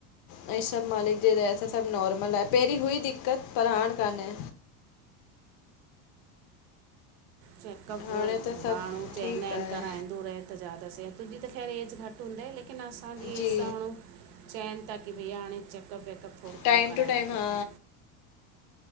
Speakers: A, on the left; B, on the right.
A: ऐं सभ मालिक जे दया सा सभ नॉर्मल आहे पहिरीं हुई दिक़त पर हाणे कान्हे।
B: चेकअप
A: हाणे त सभु
B: माण्हू चवंदा
A: ठीकु
B: आहिनि
A: आहे
B: कराईंदो रहे त ज़्यादा स तुंहिंजी त ख़ैर ऐज घट। हूंदा आहे लेकिन असांजी
A: जी
B: ए सां माण्हू चवनि था की भई हाणे। चेकअप वेकअप थोरो
A: टाइम
B: थोरो कराईरो
A: टू टाइम हा
B: खपे।